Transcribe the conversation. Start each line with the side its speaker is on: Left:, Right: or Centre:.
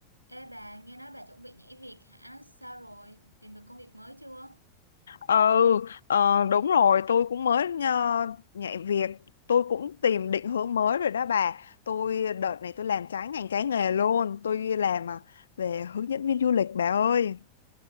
Right: Ê bà, nghe nói bà chuẩn bị nhảy việc hả? Sao rồi? Tìm được công việc mới chưa?
Left: Ừ, ờ, đúng rồi, tôi cũng mới ờ, nhạy việc, tôi cũng tìm định hướng mới rồi đó bà. Tôi đợt này tôi làm trái ngành trái nghề luôn, tôi làm à, về hướng dẫn viên du lịch bà ơi.